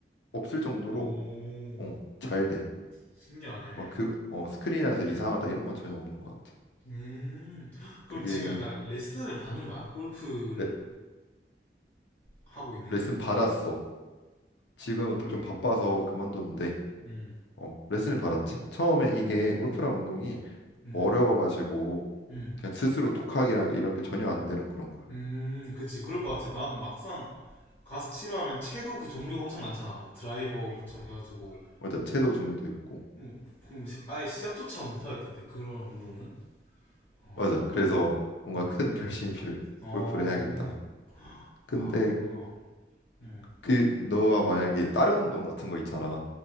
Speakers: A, on the left; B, on the left.
A: 없을 정도로
B: 오,
A: 어, 잘 돼.
B: 신기하네.
A: 막 그 어, 스크린에서 이상하다 이런 건 전혀 없는 것 같아.
B: 음, 그럼
A: 그게
B: 지금 약간 레슨을 받는 거야? 골프를
A: 레,
B: 하고 있는
A: 레슨
B: 게?
A: 받았어. 지금은
B: 헐.
A: 좀 바빠서 그만뒀는데
B: 음,
A: 어, 레슨을 받았지. 처음에
B: 음.
A: 이게 골프랑 운동이
B: 음,
A: 어려워가지고
B: 음,
A: 그냥 스스로 독학이랑 이런 게 전혀 안 되는 그런 거야.
B: 음, 그치. 그럴 것 같아. 난 막상 가스치라 하면 채도 그 종류가 엄청 많잖아. 뭐 드라이버부터 해가지고.
A: 맞아. 채도 종류도 있고.
B: 음, 그럼 시- 아예 시작조차 못하겠던데, 그런 운동은. 어,
A: 맞아. 그래서 뭔가
B: 음,
A: 큰 결심이 필요해.
B: 어,
A: 골프를 해야겠다. 하면. 근데
B: 아, 그렇구나. 음,
A: 그 너가 만약에 다른 운동 같은 거 있잖아.